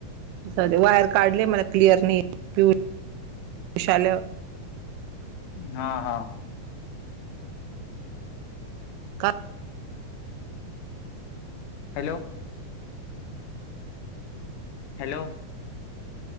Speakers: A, on the right; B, on the left.
A: जाऊदे वायर काढले मला क्लिअर नाही येत. <unintelligible> आल.
B: हा -हा.
A: का
B: हॅलो! हॅलो!